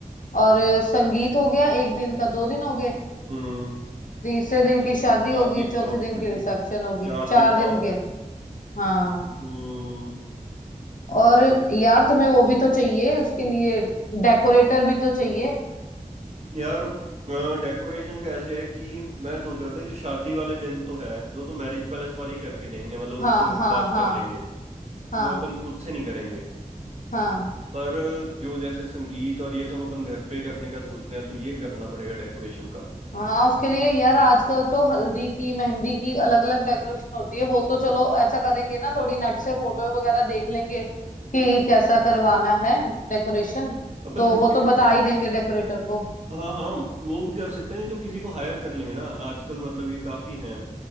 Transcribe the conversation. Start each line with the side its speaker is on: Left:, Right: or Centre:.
Left: और अ, संगीत हो गया एक दिन का दो दिन हो गए
Right: हम्म
Left: तीसरे दिन
Right: तो
Left: की शादी
Right: शादी
Left: होगी चौथे
Right: चौथे
Left: दिन
Right: दिन-
Left: की रिसेप्शन होगी
Right: चार
Left: चार
Right: दिन का
Left: दिन
Right: हो गया
Left: के हाँ
Right: हम्म
Left: और यार तुम्हें वो भी तो चाहिए उसके लिए डेकोरेटर भी तो चाहिए
Right: यार डेकोरेशन का ऐसे है कि मैं सोच रहा था कि जो शादी वाले दिन तो है जो तो मैरिज पैलेस वाले ही करके देंगे मतलब उनसे
Left: हाँ हाँ
Right: बात
Left: हाँ
Right: कर लेंगे
Left: हाँ
Right: वो अपन खुद से नहीं करेंगे
Left: हाँ
Right: पर जो जैसे संगीत और ये सब अपन घर पे करने का सोच रहे हैं तो ये करना पड़ेगा डेकोरेशन का
Left: हाँ उसके लिए यार आजकल तो हल्दी की मेहंदी की अलग अलग डेकोरेशन होती है वो तो चलो ऐसा करेंगे ना थोड़ी नेट से फोटो वगैरह देख लेंगे कि कैसा करवाना है डेकोरेशन
Right: अपन
Left: तो
Right: हम
Left: वो तो बता ही देंगे डेकोरेटर को
Right: हाँ हाँ वो भी कर सकते हैं नहीं तो किसी को हायर कर लेंगे ना आजकल मतलब ये काफी हैं